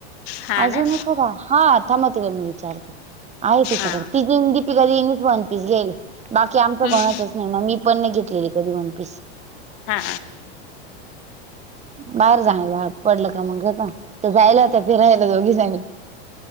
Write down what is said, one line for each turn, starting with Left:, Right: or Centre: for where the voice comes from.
Left: हा
Right: अजून
Left: ना
Right: एक होता. हा थांब तीका मी विचारतो. आहे तिच्याकडे.
Left: हा
Right: ती देन दीपिका ने वन पीस घ्यायले. बाकी आमचा
Left: हम्म
Right: कोणाचच नाही. म मी पण नाही घेतलेली कधी वन पीस.
Left: हा
Right: <unintelligible> बाहेर जाण भाग पडलं का? मग घेत्या. त्या जायला होता फिरायला दोघी जनी. <unintelligible>